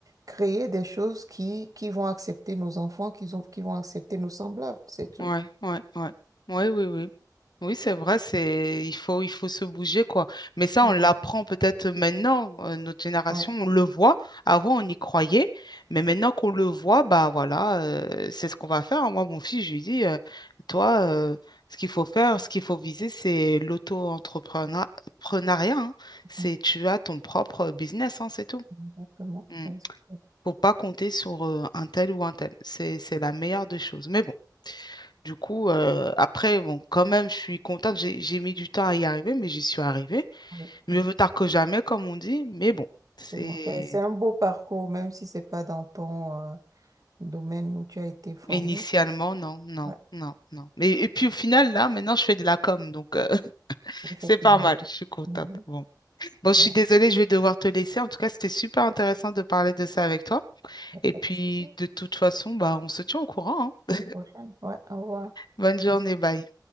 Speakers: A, on the right; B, on the left.
A: créer des choses qui, qui vont accepter nos enfants, qui, ont- qui vont accepter nos semblables, c'est tout.
B: Oui, oui, oui. Oui, oui, oui. Oui, c'est vrai, c'est il faut il faut se bouger quoi. Mais ça
A: Mm.
B: on l'apprend peut-être maintenant euh, notre génération,
A: Ouais,
B: on le voit. Avant on y croyait, mais maintenant qu'on le voit, bah voilà, euh, c'est ce qu'on va faire. Moi mon fils je lui dis euh, toi euh, ce qu'il faut faire, ce qu'il faut viser c'est l'auto-entrepreneuriat, hein. C'est
A: mm,
B: tu as ton propre business hein, c'est tout.
A: exactement.
B: Mm.
A: exactement.
B: Faut pas compter sur euh, un tel ou un tel. C'est, c'est la meilleure des choses. Mais bon, du coup, euh, après, bon, quand même, je suis contente. J'ai, j'ai mis du temps à y arriver, mais j'y suis arrivée.
A: Oui,
B: Mieux
A: oui,
B: vaut tard que jamais, comme on dit. Mais bon, c'est
A: exactement. C'est c'est un beau parcours, même si c'est pas dans ton euh, domaine où tu as été formé.
B: initialement,
A: C'est-
B: non, non,
A: Ouais,
B: non, non. Mais, et puis au final, là, maintenant, je fais de la com, donc euh, <laughs>
A: effectivement.
B: c'est pas mal. Je suis contente.
A: Mhm.
B: Bon. Bon, je
A: Ouais,
B: suis désolée, je vais devoir te laisser. En tout cas, c'était super intéressant de parler de ça avec toi.
A: y a
B: Et
A: pas
B: puis,
A: de souci.
B: de toute façon, bah, on se tient au courant,
A: À
B: hein.
A: la prochaine. Ouais, au revoir.
B: Bonne journée, bye.